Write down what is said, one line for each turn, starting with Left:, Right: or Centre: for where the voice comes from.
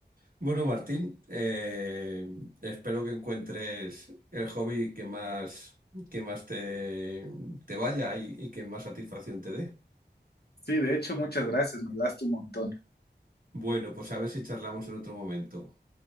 Right: Bueno, Martín, eh, espero que encuentres el hobby que más, que más te, te vaya y, y que más satisfacción te dé.
Left: Sí, de hecho, muchas gracias, me ayudaste un montón.
Right: Bueno, pues a ver si charlamos en otro momento.